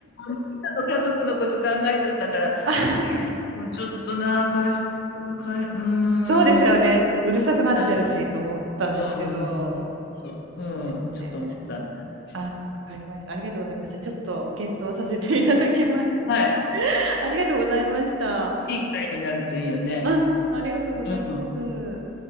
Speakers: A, on the left; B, on the right.
A: お兄さんの家族のこと考えちゃったから、
B: <laughs>
A: うんちょっとな、懐石とか、かい、うーん、
B: そうですよね。
A: 子供
B: ううるさくなっちゃうしと思ったんですけど、
A: たち、うん、うん、そうそう、うん、
B: そうですね。
A: ちょっと思ったんでしたけど。
B: あ、わかりました。ありがとうございました。ちょっと検討させていただきます。
A: はい、
B: <laughs> ありがとうございました。
A: いい会になるといいよね。
B: あ、ありがとうございます。
A: うん。